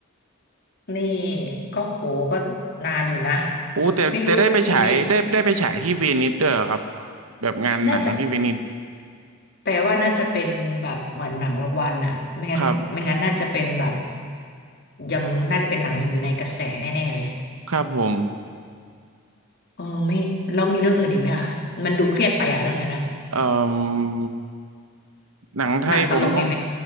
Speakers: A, on the left (about 50°); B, on the right (about 80°).
A: นี่ก็โหก็นานอยู่นะ
B: โอู้แต่แต่ได้ไปฉายได้ได้ไปฉายที่เวนิสด้วยครับ
A: ไม่รู้มันจะมี
B: แบบงานหนังที่เวนิส
A: น่าจะแปลว่าน่าจะเป็นแบบเหมือนหนังรางวัลอ่ะไม่งั้นไม่งั้นน่าจะเป็นแบบ
B: ครับ
A: ยังน่าจะเป็นหนังอยู่ในกระแสแน่ๆเลย
B: ครับผม
A: เออไม่แล้วมีเรื่องอื่นอีกไหมคะมันดูเครียดไปอะเรื่องนั้นอะ
B: เอ่อหนังไทยผมก็
A: หนังตลกไหมไหม